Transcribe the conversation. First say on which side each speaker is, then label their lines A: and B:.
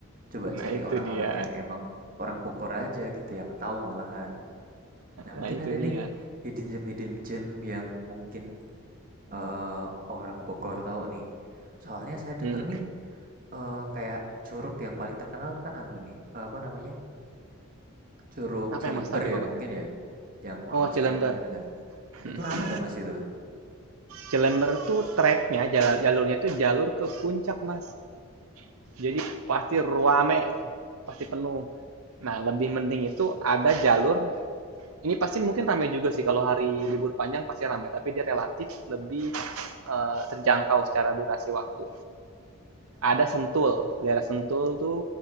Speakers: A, on the right; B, on the right.
A: Coba cari
B: Nah itu
A: orang-orang
B: dia,
A: yang emang orang Bogor aja gitu yang tahu malahan. Nah, mungkin
B: nah itu
A: ada
B: dia.
A: nih hidden gem hidden gem yang mungkin eh, orang Bogor tahu nih. Soalnya saya denger
B: Hmm.
A: nih eh, kayak curug yang paling terkenal kan anu nih, eh, apa namanya? Curug
B: Apa
A: Cilember
B: yang Mas tahu di
A: ya
B: Bogor?
A: mungkin ya yang
B: Oh
A: aku
B: Cilember.
A: saya pernah dengar.
B: Hmm.
A: Itu ramai nggak Mas itu?
B: Cilember tuh treknya, jala- jalurnya tuh jalur ke puncak Mas. Jadi pasti ruame, pasti penuh. Nah lebih penting itu ada jalur. Ini pasti mungkin ramai juga sih kalau hari libur panjang pasti ramai, tapi dia relatif lebih eh, terjangkau secara durasi waktu. Ada Sentul, daerah Sentul tuh